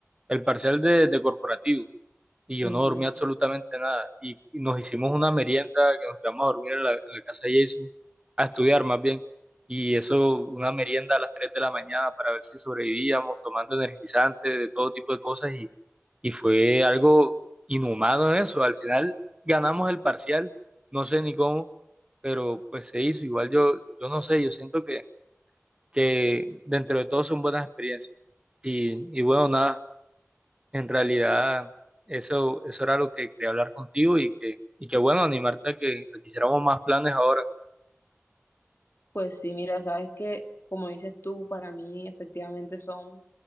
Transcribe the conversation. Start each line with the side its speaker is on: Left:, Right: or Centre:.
Right: el parcial de, de corporativo. y yo
Left: Ujú.
Right: no dormí absolutamente nada. Y, y nos hicimos una merienda que nos quedamos a dormir en la, en la casa de Jason, a estudiar más bien. Y eso, una merienda a las 3 de la mañana para ver si sobrevivíamos, tomando energizantes, de todo tipo de cosas. Y, y fue algo inhumano eso. Al final ganamos el parcial, no sé ni cómo, pero pues se hizo. Igual yo, yo no sé, yo siento que, que dentro de todo son buenas experiencias. Y, y bueno, nada, en realidad, eso, eso era lo que quería hablar contigo y que, y que bueno, animarte a que, a que hiciéramos más planes ahora.
Left: Pues sí, mira, sabes que, como dices tú, para mí efectivamente son